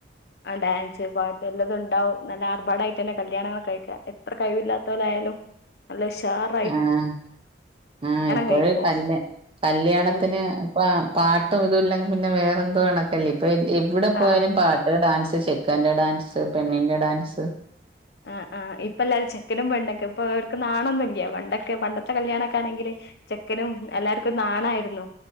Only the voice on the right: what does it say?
ആഹ് ആഹ് ഇപ്പോഴ്
തല്ല് കല്ല്യാണത്തിന്
ഇപ്പം പാട്ടും ഇതും ഇല്ലെങ്കിൽ പിന്നെ വേറെ എന്തോ കണക്കല്ലേ ഇപ്പൊ എൽഎവിടെ പോയാലും
പാ ഒര്ഡാൻസ് ചെക്കന്റെ ഡാൻസ് പെണ്ണിന്റെ ഡാൻസ്